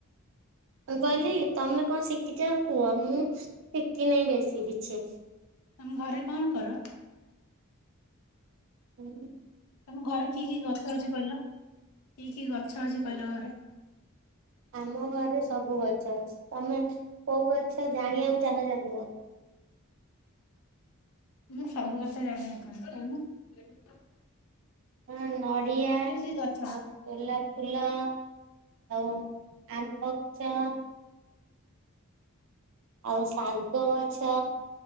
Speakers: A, on the right; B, on the left.
A: ମୁଁ କହିଲି ତମେ କଣ ଶିଖିଚ ଆଉ କୁହ ମୁଁ ଶିଖିନେଇ ବେଶୀ କିଛି।
B: ତମ ଘରେ କଣ କର?
A: ହୁଁ।
B: ତମ ଘରେ କି କି ଗଛ ଅଛି କହିଲ? କି କି ଗଛ ଅଛି କହିଲ ଘରେ?
A: ଆମ ଘରେ ସବୁ ଗଛ ଅଛି। ତମେ କୋଉ ଗଛ ଜାଣିବାକୁ ଚାହଁଉଚ କୁହ?
B: ମୁଁ ସବୁ ଗଛ ଜାଣିବାକୁ ଚାହୁଞ୍ଚି କହୁନ।
A: ହଁ ନଡ଼ିଆ
B: କି କି ଗଛ?
A: ଗୋଲାପ ଫୁଲ। ଆଉ ଆମ୍ବଚ। ଆଉ ଶାଗ ଗଛ